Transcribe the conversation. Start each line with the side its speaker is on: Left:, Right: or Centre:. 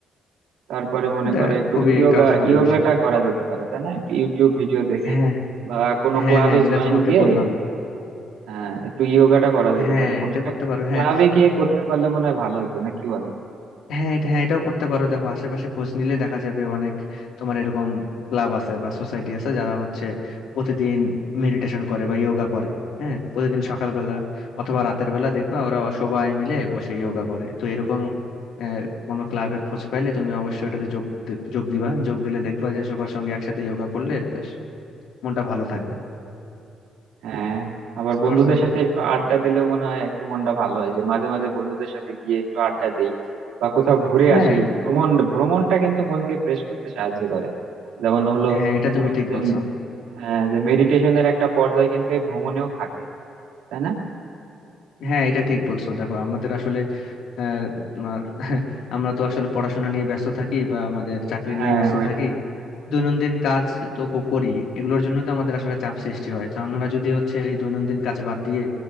Right: তারপরে মনে
Left: এটা
Right: করো একটু
Left: খুবই
Right: ইয়োগা
Left: কার্যকরী
Right: ইয়োগাটা
Left: বিষয়
Right: করা যেতে পারে তাই না একটু ইউটিউব ভিডিও দেখে
Left: হ্যাঁ
Right: বা কোনো
Left: হ্যাঁ
Right: ক্লাবে
Left: হ্যাঁ যেটা
Right: জয়েন
Left: তোমাকে
Right: দিয়ে
Left: বললাম
Right: একটু আহ একটু ইয়োগাটা করা যেতে
Left: হ্যাঁ
Right: পারে কোনো
Left: এটা
Right: একটা
Left: করতে পারো
Right: ক্লাবে
Left: হ্যাঁ
Right: গিয়ে করতে পারলে মনে হয় ভালো হতো না কি বলো
Left: হ্যাঁ এটা হ্যাঁ এটাও করতে পারো দেখো আশেপাশে খোঁজ নিলে দেখা যাবে অনেক তোমার এরকম ক্লাব আছে বা সোসাইটি আছে যারা হচ্ছে প্রতিদিন মেডিটেশন করে বা যোগা করে হ্যাঁ প্রতিদিন সকালবেলা অথবা রাতের বেলা দেখবা ওরা সবাই মিলে বসে যোগা করে তো এরকম আহ, কোনো ক্লাবের খোঁজ পাইলে তুমি অবশ্যই এটাতে যোগ দি- যোগ দিবা যোগ দিলে দেখবা যে সবার সঙ্গে একসাথে যোগা করলে বেশ মনটা ভালো থাকবে
Right: হ্যাঁ আবার
Left: বুঝতে
Right: বন্ধুদের
Left: পারছো
Right: সাথে একটু আড্ডা দিলেও মনে হয় একটু মনটা ভালো হয় যে মাঝে মাঝে বন্ধুদের সাথে গিয়ে একটু আড্ডা দেই বা কোথাও ঘুরে
Left: হ্যাঁ
Right: আসি ভ্রমণ ভ্রমণটা কিন্তু মনকে ফ্রেশ করতে সাহায্য করে যেমন হলো
Left: হ্যাঁ এটা তুমি
Right: আমাদের
Left: ঠিক
Right: যে
Left: বলছো
Right: হ্যাঁ যে মেডিটেশনের একটা পর্যায় কিন্তু এই ভ্রমণেও থাকে তাই না
Left: হ্যাঁ এটা ঠিক বলছো দেখো আমাদের আসলে আহ, আর <laughs> আমরা তো আসলে পড়াশোনা নিয়ে ব্যস্ত থাকি বা আমাদের চাকরি
Right: হ্যাঁ
Left: নিয়ে ব্যস্ত
Right: ওইটাই
Left: থাকি দৈনন্দিন কাজ তো ক- করি এগুলোর জন্য তো আমাদের আসলে চাপ সৃষ্টি হয় তো আমরা যদি হচ্ছে এই দৈনন্দিন কাজ বাদ দিয়ে